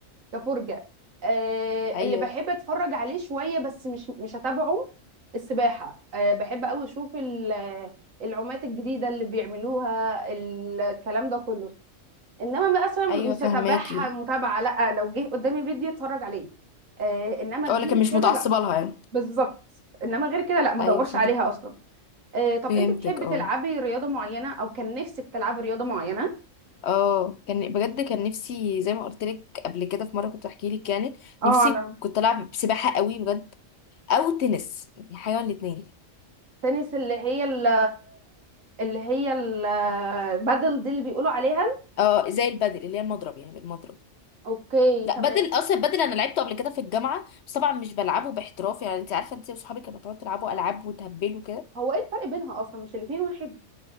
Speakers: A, on the right; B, on the left.
A: كفرجه آه
B: ايوه
A: اللي بحب اتفرج عليه شويه بس مش مش هتابعه السباحه آه بحب قوي اشوف ال- العومات الجديده اللي بيعملوها الكلام ده كله انما مثلا مش
B: ايوه فهماكي
A: هتابعها متابعه لا لو جه قدامي فيديو اتفرج عليه آه انما
B: اه
A: غير
B: لكن مش
A: كده
B: متعصبه
A: لا
B: لها يعني
A: بالظبط انما غير كده لا ما
B: ايوه
A: ادورش
B: فهم-
A: عليها اصلا آه طب
B: فهمتك
A: انت بتحبي
B: اه
A: تلعبي رياضه معينه او كان نفسك تلعبي رياضه معينه
B: اه كان بجد كان نفسي زي ما قلت لك قبل كده في مره كنت بحكي لك يعني
A: اه
B: نفسي
A: على
B: كنت العب سباحه قوي بجد او تنس يعني حاجه من الاثنين
A: التنس اللي هي ال- اللي هي البادل دي اللي بيقولوا عليها
B: اه زي البادل اللي هي المضرب يعني المضرب
A: اوكي
B: لا
A: تمام
B: بدل اصلا بدل انا لعبته قبل كده في الجامعه بس طبعا مش بلعبه باحتراف يعني انت عارفه انت واصحابك كانوا تقعدوا تلعبوا العاب وتهبلوا كده
A: هو ايه الفرق بينها اصلا مش الاتنين واحد